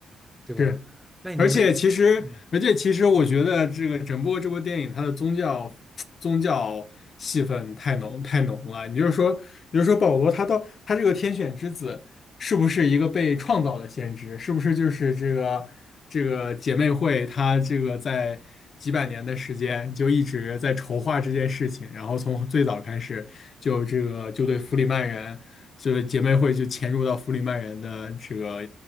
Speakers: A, in the centre; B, on the left.
A: 对吧？
B: 是，
A: 那你就没，
B: 而且其实，
A: 嗯，
B: 而且其实，我觉得这个整部这部电影，它的宗教宗教戏份太浓太浓了。你就是说，你就说保罗他到他这个天选之子，是不是一个被创造的先知？是不是就是这个这个姐妹会，他这个在几百年的时间就一直在筹划这件事情，然后从最早开始就这个就对弗里曼人。这个姐妹会就潜入到弗里曼人的这个